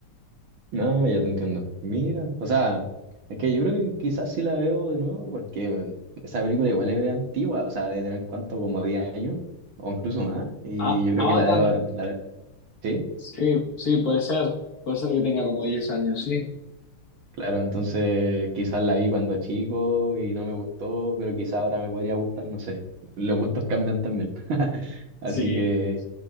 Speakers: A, on the right; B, on the left.
A: No, ya te entiendo. Mira, o sea, es que yo creo que quizás sí la veo de nuevo porque mm, esa película igual es antigua, o sea, debe tener cuánto, como 10 años o incluso más, y
B: Ah,
A: yo creo
B: Avatar,
A: que la debo haber, la, ¿sí?
B: sí, sí, puede ser, puede ser que tenga como 10 años, sí,
A: Claro, entonces quizás la vi cuando chico y no me gustó, pero quizás ahora me podría gustar, no sé. Los gustos cambian también. <laughs> Así
B: sí.
A: que,